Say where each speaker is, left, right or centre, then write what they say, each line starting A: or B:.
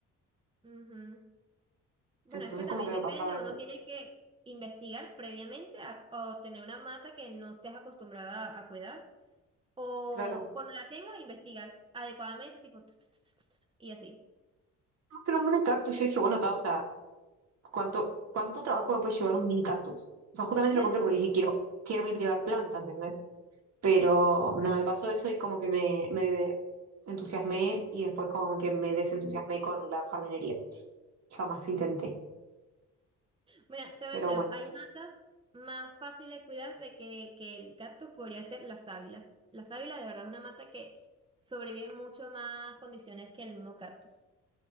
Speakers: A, on the right; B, on the right.
A: Ujú. Bueno,
B: Entonces
A: es que también
B: como que me
A: depende,
B: pasaba
A: uno
B: eso.
A: tiene que investigar previamente a- o tener una mata que no estés acostumbrada a, a cuidar. O
B: Claro.
A: cuando la tengas, investigar adecuadamente, tipo, tut, tut, tut, tut, tut, y así.
B: No, Pero un mini cactus, yo dije, bueno, ta, o sea, ¿cuánto, cuánto trabajo me puede llevar un mini cactus? O sea, justamente
A: <laughs>
B: lo compré porque dije, quiero, quiero mi primera planta, ¿entendés? Pero nada, me pasó eso y como que me, me entusiasmé y después como que me desentusiasmé con la jardinería. Jamás intenté.
A: Mira, te voy
B: Pero
A: a decir
B: bueno.
A: algo, hay matas más fáciles de cuidar de que, que el cactus podría ser la sábila. La sábila de verdad es una mata que sobrevive en mucho más condiciones que el mismo cactus.